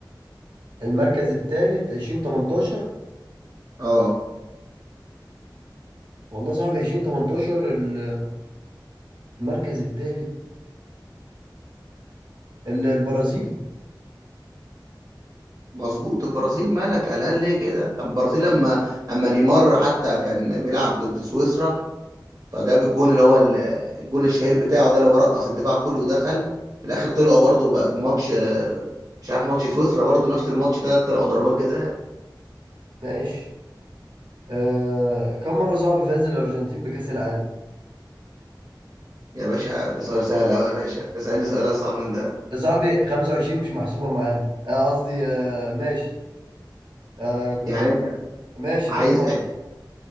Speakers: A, on the right; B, on the right.
A: المركز الثالث 2018
B: اه
A: والله صعب 2018 ال- المركز الثالث البرازيل
B: مظبوط البرازيل مالك على الاقل ليه كده البرازيل لما اما نيمار حتى كان بيلعب ضد سويسرا فجاب الجون اللي هو ال- الجون الشهير بتاعه ده اللي هو رقص الدفاع كله ودخل في الاخر طلعوا برضه بقى ماتش آه، مش عارف ماتش سويسرا برضه نفس الماتش ده طلعوا ضربات جزاء
A: ماشي آه كم مرة صعب فاز الأرجنتين بكأس العالم؟
B: يا باشا ده سؤال سهل قوي يا باشا اسالني سؤال اصعب من ده
A: صعب 25 مش محسوبة معانا آه قصدي آه ماشي آه كنت
B: يعني
A: هقول
B: انت
A: لك ماشي
B: عايز
A: كم مرة؟
B: أهداف.